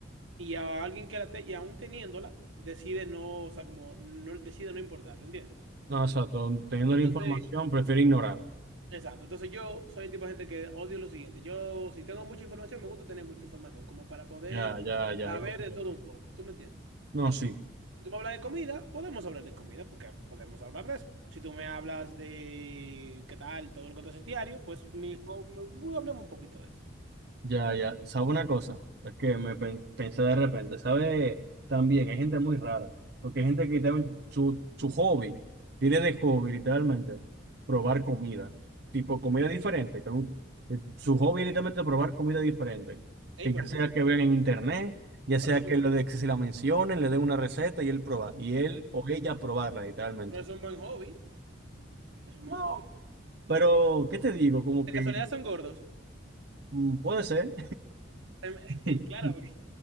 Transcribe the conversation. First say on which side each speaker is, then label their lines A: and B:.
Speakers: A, on the right; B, on the right.
A: Y a alguien que la te- y aún teniéndola, decide no, o sea, como no decide no importarle, ¿entiendes?
B: No, exacto, teniendo
A: Entonces,
B: la información, prefiero ignorarla.
A: exacto. Entonces yo soy el tipo de gente que odio lo siguiente. Yo, si tengo mucha información, me gusta tener mucha información, como para poder
B: Ya, ya, ya.
A: saber
B: ok, ok.
A: de todo un poco. ¿Tú me entiendes?
B: No, sí.
A: Si tú me hablas de comida, podemos hablar de comida, porque podemos hablar de eso. Si tú me hablas de qué tal, todo lo que tú haces diario, pues mi, hablemos un poquito de eso.
B: Ya, ya. ¿Sabe una cosa? Es que me pen- pensé de repente. ¿Sabe? También hay gente muy rara. Porque hay gente que también su, su hobby, tiene de hobby literalmente probar comida. Tipo comida diferente. que nu- que su hobby es literalmente probar comida diferente.
A: Ey,
B: Que
A: por
B: ya
A: eso
B: sea
A: son,
B: que vean en internet, ya sea
A: por eso son-
B: que, lo de, que se la mencionen, le den una receta y él proba. Y él o ella probarla literalmente.
A: Pero es un buen hobby. Es un buen
B: No,
A: hobby.
B: pero ¿qué te digo? Como
A: De
B: que
A: casualidad son gordos.
B: mm, puede ser.
A: <laughs>
B: <laughs>
A: Claro, porque